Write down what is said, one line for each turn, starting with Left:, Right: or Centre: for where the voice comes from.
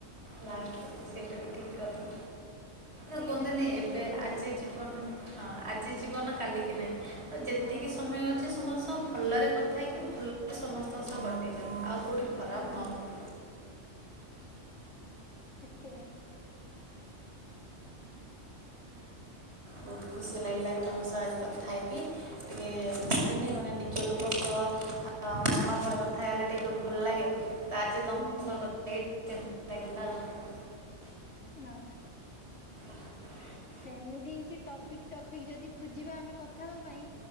Right: ଲାଷ୍ଟ କଥା ସେଇଟା ବି ଠିକ କଥା।
Left: ସେଇଟା
Right: ଏ କୁହନ୍ତିନି
Left: ମା' ଅନୁଭବ
Right: ଏବେ
Left: କଲେ
Right: ଆଜି
Left: ଆଉ
Right: ଜୀବନ ହଁ ଆଜି ଜୀବନ କାଲିକି ନାହି। ଯେତିକି
Left: ହଁ
Right: ସମୟ ଅଛି ସମସ୍ତଙ୍କ ଭଲରେ କଥା ହେଇକି ଭଲରେ ସମସ୍ତଙ୍କ ସହ କଟିଯାଉ। କଉଠି ଖରାପ
Left: ହୁଁ
Right: ନହଉ
Left: ଏତିିପାଇଁ।
Right: ବହୁତ ଖୁସି ଲାଗିଲା ବି ତମ ସହ ଆଜି କଥା ହେଇକି, ଟିକେ କୁହନ୍ତିନି ମାନେ ନିଜ ଲୋକ ସହ ମନଭର କଥା ହେଲେ ଟିକେ ଭଲ ଲାଗେ ତ ଆଜି ତମ
Left: ହୁଁ
Right: ସହ କଥା ହେଇକି ଭଲ ଲାଗିଲା ଆଉ।
Left: ହଁ।
Right: <inaudible>
Left: ସେମିତି ହେଇଚି ଟପିକ ଟପିକ ଯଦି ଖୋଜିବା ଆମେ କଥାହବା ପାଇଁ